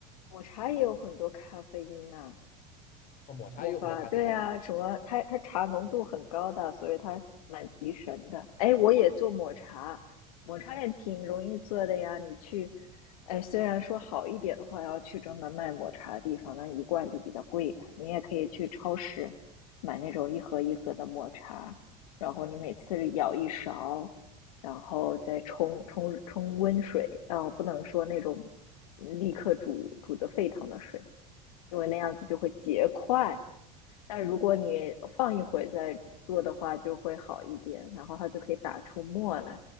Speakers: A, on the left; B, on the left.
A: 抹茶也有很多咖啡因啊。
B: 哦，抹茶也有很多咖啡因，
A: 抹法，对啊，什么？它它茶浓度很高的，所以它蛮提神的。哎，我也做抹茶，抹茶也挺容易做的呀。你去，哎，虽然说好一点的话，要去专门卖抹茶的地方，那一罐就比较贵了。你也可以去超市买那种一盒一盒的抹茶，然后你每次舀一勺，然后再冲冲冲温水，啊、不能说那种立刻煮煮的沸腾的水，因为那样子就会结块。但如果你放一会儿再做的话，就会好一点，然后它就可以打出沫来，